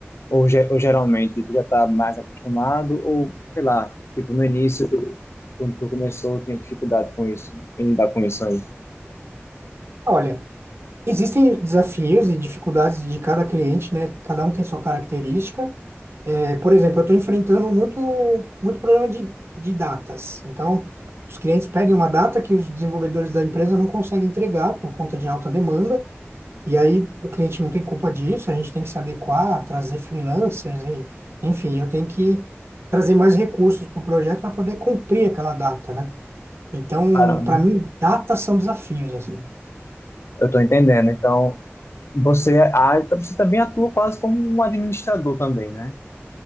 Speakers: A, on the left; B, on the right.
A: Ou, ge- ou geralmente tu já está mais acostumado? Ou sei lá, tipo no início, tu- quando tu começou, tinha dificuldade com isso, em lidar com isso aí?
B: Olha, existem desafios e dificuldades de cada cliente, né? Cada um tem sua característica, É, Por exemplo, eu estou enfrentando muito, muito problema de, de datas. Então, os clientes pedem uma data que os desenvolvedores da empresa não conseguem entregar por conta de alta demanda, e aí o cliente não tem culpa disso, a gente tem que se adequar, trazer freelancers, e, enfim, eu tenho que trazer mais recursos para o projeto para poder cumprir aquela data, né? Então,
A: Caramba,
B: para mim, datas são desafios, assim.
A: eu tô entendendo. Então você, é, a- então você também atua quase como um administrador também, né?